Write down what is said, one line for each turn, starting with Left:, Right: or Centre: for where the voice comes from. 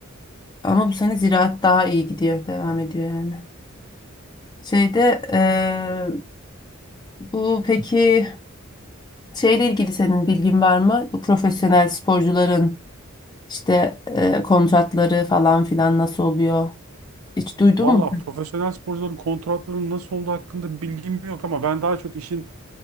Left: Ama bu sene Ziraat daha iyi gidiyor. Devam ediyor yani. Şeyde eee, bu peki şeyle ilgili senin bilgin var mı? Bu profesyonel sporcuların İşte e, kontratları falan filan nasıl oluyor? Hiç duydun
Right: Valla
Left: mu?
Right: profesyonel sporcuların kontratlarının nasıl olduğu hakkında bilgim yok ama ben daha çok işin